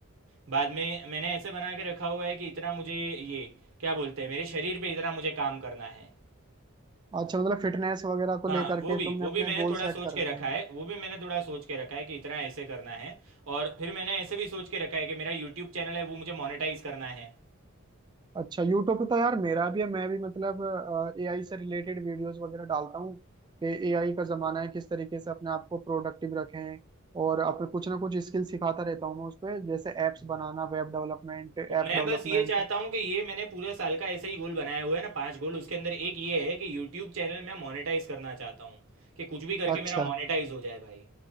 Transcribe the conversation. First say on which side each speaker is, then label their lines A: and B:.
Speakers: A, on the right; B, on the right.
A: बाद में मैंने ऐसे बना के रखा हुआ है कि इतना मुझे ये क्या बोलते हैं मेरे शरीर पे इतना मुझे काम करना है
B: अच्छा मतलब फिटनेस वगैरह को
A: हाँ
B: लेकर
A: वो
B: के
A: भी
B: तुमने
A: वो
B: अपने
A: भी मैंने
B: गोल
A: थोड़ा
B: सेट
A: सोच
B: कर
A: के
B: रखे
A: रखा
B: हैं
A: है वो भी मैंने थोड़ा सोच के रखा है कि इतना ऐसे करना है और फिर मैंने ऐसे भी सोच के रखा है कि मेरा यूट्यूब चैनल है वो मुझे मोनेटाइज करना है
B: अच्छा यूट्यूब पे तो यार मेरा भी है मैं भी मतलब एआई से रिलेटेड वीडियोस वगैरह डालता हूँ कि एआई का जमाना है किस तरीके से अपने आप को प्रोडक्टिव रखें और अपने कुछ ना कुछ स्किल सिखाता रहता हूँ मैं उस पे जैसे एप्स
A: हम्म,
B: बनाना वेब डेवलपमेंट ऐप
A: तो मैं
B: डेवलपमेंट
A: बस ये चाहता हूँ कि ये मैंने पूरे साल का ऐसे ही गोल बनाया हुआ है ना पांच गोल उसके अंदर एक ये है कि यूट्यूब चैनल मैं मोनेटाइज करना चाहता हूँ कि कुछ भी करके
B: अच्छा
A: मेरा मोनेटाइज हो जाए भाई